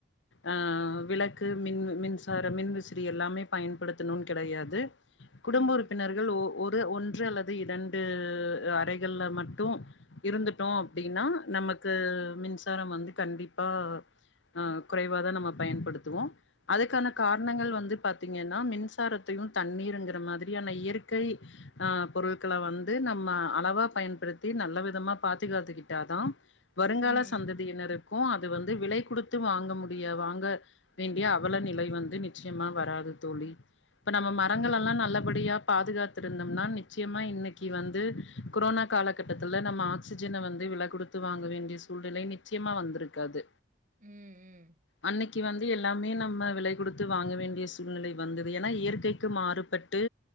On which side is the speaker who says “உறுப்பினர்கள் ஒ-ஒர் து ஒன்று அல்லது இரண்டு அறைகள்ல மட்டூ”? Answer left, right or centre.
Left